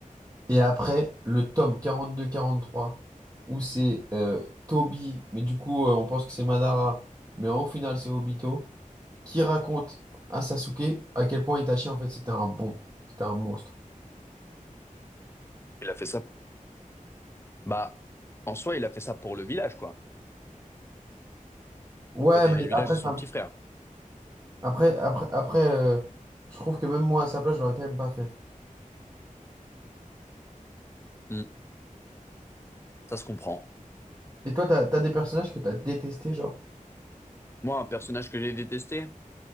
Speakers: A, on the right; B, on the left.
A: Et après, le tome 42-43, où c'est euh, Toby, mais du coup, euh, on pense que c'est Madara, mais au final, c'est Obito, qui raconte à Sasuke à quel point Itachi, en fait, c'était un bon, c'était un monstre.
B: Il a fait ça. Bah, en soi, il a fait ça pour le village, quoi.
A: Ouais,
B: Pour protéger
A: mais
B: le village
A: après,
B: et
A: ça-
B: son petit frère.
A: après, après, après euh, je trouve que même moi, à sa place, je l'aurais quand même pas fait.
B: hmm. Ça se comprend.
A: Et toi, t'as, t'as des personnages que t'as détestés, genre?
B: Moi, un personnage que j'ai détesté.